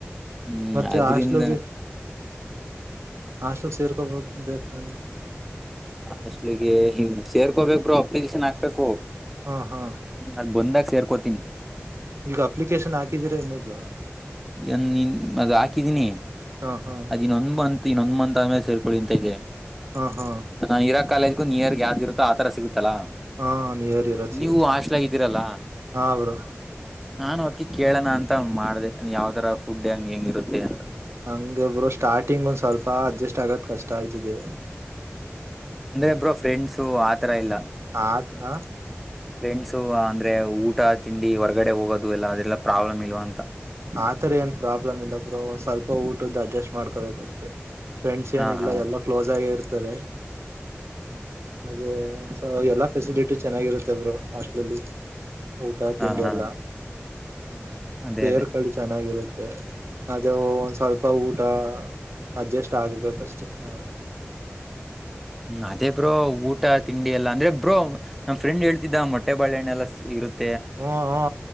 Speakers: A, in the centre; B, on the right (about 65°).
A: ಹ್ಮ್
B: ಮತ್ತೆ
A: ಅದ್ರಿಂದ
B: ಹಾಸ್ಟ್ಲಗೆ ಹಾಸ್ಟೆಲ್ ಸೇರ್ಕೋಬೇಕು ಬೇಕ್ತಾನೆ
A: ಹಾಸ್ಟೇಲಿಗೆ ಹಂಗ್ ಸೇರ್ಕೋಬೇಕರು ಅಪ್ಲಿಕೇಶನ್ ಹಾಕ್ಬೇಕು
B: ಹಾ ಹಾ
A: ಅದ್ ಬಂದಾಗ ಸೇರ್ಕೋತೀನಿ
B: ಈಗ ಅಪ್ಲಿಕೇಶನ್ ಹಾಕಿದ್ದೀರಾ ಇಲ್ಲ ಬ್ರೋ
A: ಏನ್ ನಿನ್ ಅದ್ ಹಾಕಿದೀನಿ
B: ಹಾ ಹಾ
A: ಅದ್ ಇನ್ನೊಂದ್ ಮಂತ್ ಇನ್ನೊಂದ್ ಮಂತ್ ಆದಮೇಲೆ ಸೇರ್ಕೊಳ್ಳಿ ಅಂತ ಇದೆ
B: ಹಾ ಹಾ
A: ನಾ ಇರಾ ಕಾಲೇಜ್ಗು ನಿಯರ್ ಗೆ ಯಾವ್ದ ಇರುತ್ತೋ ಆತರ ಸಿಗುತ್ತಲ್ಲಾ
B: ಹಾ ನಿಯರ್ ಇರತ್
A: ನೀವು
B: ಸಿಗತ್ ಬ್ರೋ
A: ಹೊಶಟ್ಲಾಲಾಗಿದ್ದೀರಲ್ಲ
B: ಹಾ ಬ್ರೋ
A: ನಾನ್ ಅದ್ಕೆ ಕೇಳೋಣ ಅಂತ ಮಾಡ್ದೆ ಯಾವ ತರ ಫುಡ್ ಹೆಂಗಗೆ ಹೆಂಗಿರುತ್ತೆ ಅಂತ
B: ಹಂಗ ಬ್ರೋ ಸ್ಟಾರ್ಟಿಂಗ್ ಒಂದ್ ಸ್ವಲ್ಪ ಅಡ್ಜಸ್ಟ್ ಆಗದ್ ಕಷ್ಟ ಆಯ್ತದೆ
A: ಅಂದ್ರೆ ಬ್ರೋ ಫ್ರೆಂಡ್ಸು ಆತರ ಇಲ್ಲ
B: ಹಾ ಹ
A: ಫ್ರೆಂಡ್ಸು ಅಂದ್ರೆ ಊಟ ತಿಂಡಿ ಹೊರ್ಗಡೆ ಹೋಗೋದು ಎಲ್ಲ ಅದೆಲ್ಲಾ ಪ್ರಾಬ್ಲಮ್ ಇಲ್ವಾ ಅಂತ
B: ಆತರ ಏನ್ ಪ್ರಾಬ್ಲಮ್ ಇಲ್ಲ ಬ್ರೋ ಸ್ವಲ್ಪ ಊಟದ್ದು ಅಡ್ಜಸ್ಟ್ ಮಾಡ್ಕೋಬೇಕು ಅಷ್ಟೇ ಫ್ರೆಂಡ್ಸ್ ಏನಿಲ್ಲ
A: ಹಾ ಹಾ
B: ಎಲ್ಲ ಕ್ಲೋಸ್ ಆಗಿ ಇರ್ತಾರೆ ಅದೇ ಎಲ್ಲಾ ಫೆಸಿಲಿಟಿ ಚೆನ್ನಾಗಿರುತ್ತೆ ಬ್ರೋ ಹಾಸ್ಟ್ಲಲ್ಲಿ ಊಟ
A: ಹಾ
B: ತಿಂಡಿ
A: ಹಾ
B: ಎಲ್ಲ ಹ್ಮ್
A: ಅದೇ
B: ಸೇರ್ಕಳಿ
A: ಅದೇ
B: ಚೆನ್ನಾಗಿರುತ್ತೆ ಅದೇ ಒಂದ್ ಸ್ವಲ್ಪ ಊಟ ಅಡ್ಜಸ್ಟ್ ಆಗ್ಬೇಕಷ್ಟೇ ನಾವೆ
A: ಹ್ಮ ಅದೇ ಬ್ರೋ ಊಟ ತಿಂಡಿ
B: ಹ್ಮ
A: ಎಲ್ಲಾ ಅಂದ್ರೆ ಬ್ರೋ ನಮ್ಮ ಫ್ರೆಂಡ್ ಹೇಳ್ತಿದ್ದ ಮೊಟ್ಟೆ ಬಾಳೆಹಣ್ಣೆಲ್ಲಾ ಇರುತ್ತ
B: ಹ್ಮ ಹಾ